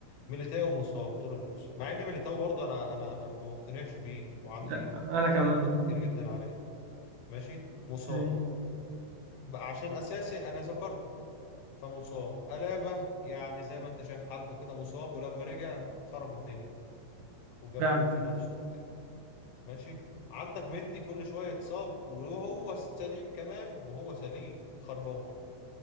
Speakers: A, on the left; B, on the right.
A: ميليتاو مصاب طول الموسم مع ان ميليتاو برضه انا انا انا ما بقتنعش بيه وعندي
B: لا، انا كمان
A: تعقيبات كتير جدا عليه ماشي مصاب
B: ماشي.
A: بقى عشان اساسي انا ذكرته فمصاب الابا يعني زي ما انت شايف حالته كده مصاب ولما رجع خرب الدنيا وجاب
B: فعلا
A: جون في نفسه وبتاع ماشي عندك مندي كل شويه اتصاب وهو سليم كمان وهو سليم خربان